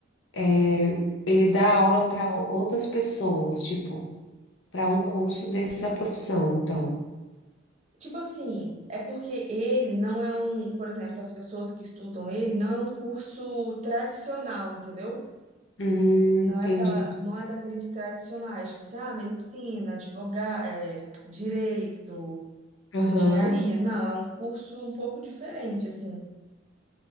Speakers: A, on the left; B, on the right.
A: É, ele dá aula para outras pessoas, tipo. para um curso dessa profissão, então.
B: Tipo assim, é porque ele não é um, por exemplo, as pessoas que estudam ele não é um curso tradicional, entendeu?
A: Hum,
B: Não
A: entendi.
B: é aquela, não é daqueles tradicionais, tipo assim, ah, medicina, advogado, direito,
A: Aham,
B: engenharia. Não, é um curso um pouco diferente, assim.